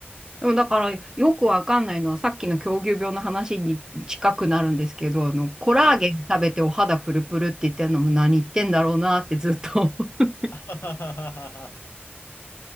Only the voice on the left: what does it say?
はい。
<laughs> あはははは